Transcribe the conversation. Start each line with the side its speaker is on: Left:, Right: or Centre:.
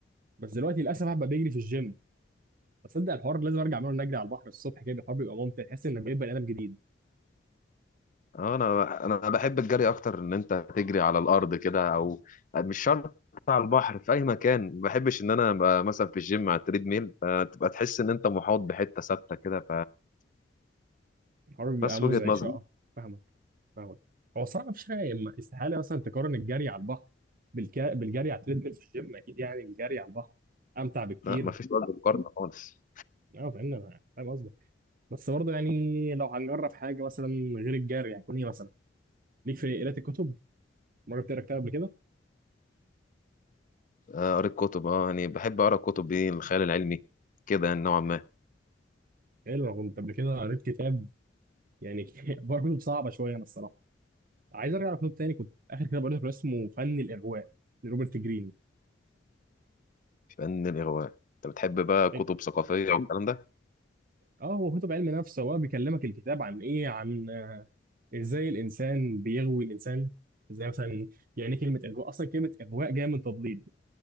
Right: بس دلوقتي للاسف بقى بجري في الجيم تصدق الحوار لازم ارجع اعمله نجري على البحر الصبح كده الحوار بيبقى ممتع تحس انك بقيت بني ادم جديد
Left: اه انا انا بحب الجري اكتر ان انت تجري على الارض كده او مش شرط على البحر في اي مكان ما بحبش ان انا ابقى مثلا في الجيم على التريد ميل فتبقى تحس ان انت محاط بحته ثابته كده
Right: الحوار بيبقى
Left: فبس
Right: مزعج
Left: وجهه نظر
Right: شويه آه، فاهمك فاهمك هو الصراحه مفيش حاجه ما- استحاله مثلا تقارن الجري على البحر بالك... بالجري على التريدميل في الجيم اكيد يعني الجري على البحر امتع بكتير
Left: لا ما فيش وجه مقارنه خالص
Right: اه فاهمني انا فاهم قصدك بس برضه يعني لو هنجرب حاجه مثلا غير الجري هيكون ايه مثلا ليك في قراءه الكتب مره بتقرا كتاب قبل كده؟
Left: آه، قريت كتب اه يعني بحب اقرا كتب ايه الخيال العلمي كده يعني نوعا ما
Right: حلو انا كنت قبل كده قريت كتاب يعني <laughs> برضه كتب صعبه شويه انا الصراحه عايز ارجع لكتاب تاني كنت اخر كتاب قريته كان اسمه فن الاغواء لروبرت جرين
Left: فن الاغواء انت بتحب بقى كتب
Right: طيب،
Left: ثقافيه والكلام ده
Right: اه هو كتب علم نفس هو بيكلمك الكتاب عن ايه عن آه، ازاي الانسان بيغوي الانسان ازاي مثلا يعني ايه كلمه اغواء اصلا كلمه اغواء جايه من تضليل